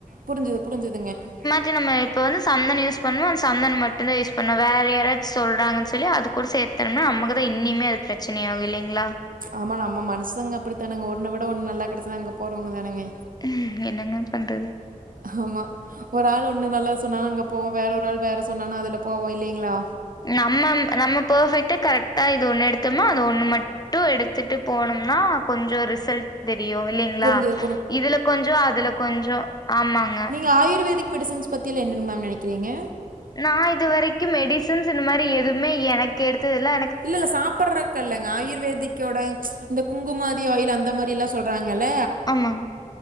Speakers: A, on the right; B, on the left.
A: புரிஞ்சது புரிஞ்சதுங்க ம்
B: து நம்ம இப்ப வந்து சந்தனம் யூஸ் பண்ணா அந்த சந்தனம் மட்டுந்தா யூஸ் பண்ணும் வேற யாராச்சும் சொல்றாங்கன்னு சொல்லி அது கூட சேத்தனும்னா நமக்குதா இன்னிம்மே அது பிரச்சனைை ஆகும் இல்லைங்ளா
A: ஆமா நம்ம மனசுங்க அப்படித்தானாங்க ஒன்ன விட ஒண்ணு நல்லா கிடைச்சா தா அங்க போறவங்க தானாங்க
B: அ என்னங்க பண்றது
A: ஆமா ஒரு ஆள் ஒண்ணு நல்லது சொன்னா அங்க போவோ வேற ஒரு ஆள் வேற சொன்னானா அதுல போவோ இல்லைங்ளா
B: நம்ம நம்ம பர்ஃபெக்ட்டா கரெக்டா இது ஒண்ணு எடுத்தம்னா அது ஒண்ணு மட் டு எடுத்துட்டு போனம்னா கொஞ்சோ ரிசல்ட் தெரியு இல்லீங்ளா
A: புரிஞ்சுது
B: இதுல கொஞ்சோ அதுல கொஞ்சோ ஆமாங்க
A: நீங்க ஆயுர்வேதிக் மெடிசன்ஸ் பத்திய எல்லா என்னன்னு மேம் நெனைக்கிறீங்க
B: நா இது வரைக்கும் மெடிசன்ஸ் இந்த மாறி எதுவுமே எனக்கு எடுத்தது இல்ல
A: இல்ல இல்ல சாப்பட்றக்கல்லங்க ஆயுர்வேதிக் கை யோட இந்த குங்குமாதி ஆயில் அந்த மாறி எல்லா சொல்றாங்கில்ல
B: ஆமாங்